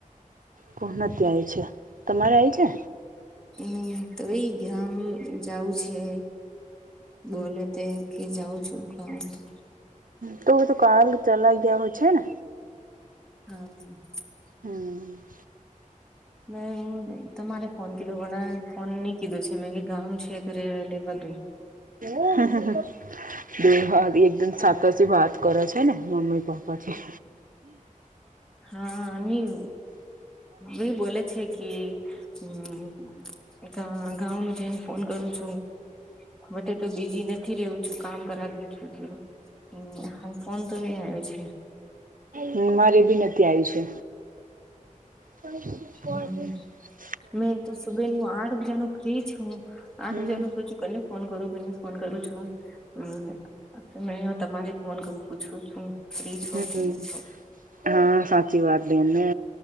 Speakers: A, on the right; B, in the centre.
A: કો નથી ત્યાય છે તમારે આવી છે.
B: એ તો એ ગામ જવું છે. બોલે તે કે જાઉ છું ખાઉ તો
A: હ તો તો કાલ ચલા ગયા હોય છે ને
B: હમ
A: હમ
B: મે તમારે ફોન કીધું વણા ફોન ની કીધું છે મે ગામ ઉન ક્ષે ત્રલે બધુલ
A: હ હ હ દ હા એક દન સાત અશે ભાત કર છ ન મમ્મી પાપ્પાથી
B: હા અ ની વેઈ બોલે છે કે હમ ગા ગાંમ ન જઈને ફોન કરું છું. વટે તો બીજી નથી રવું છું કામ કરા દઉ છું હમ હ ફોન તો નઈ આવ્યો છે.
A: હમ મારે ભી નથી આવી છે. પૈ શી પ
B: હમ
A: <unintelligible>
B: મેં તો સુબેનું આઠ બજાનું ફ્રી છું આઠ
A: હમ
B: વાજાનું પાચું કને ફોન કરું કને ફોન કરું છું. હમ મે તમારે ફોન કરું પૂછું છું ફ્રી છો
A: હમ
B: કે નહી છો?
A: હા સાચી વાત લે મે